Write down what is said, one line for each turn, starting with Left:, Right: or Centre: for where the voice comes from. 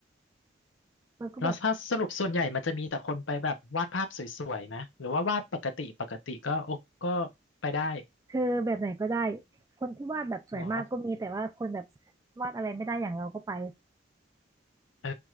Right: ๆแล้วก็แบบ
Left: แล้วถ้าสรุปส่วนใหญ่มันจะมีแต่คนไปแบบวาดภาพสวยๆไหมหรือว่าวาดปกติปกติก็โอก็ไปได้
Right: คือแบบไหนก็ได้คนที่วาดแบบสวยมากก็มีแต่ว่าคนแบบ
Left: เหรอ
Right: วาดอะไรไม่ได้อย่างเราก็ไป
Left: เออ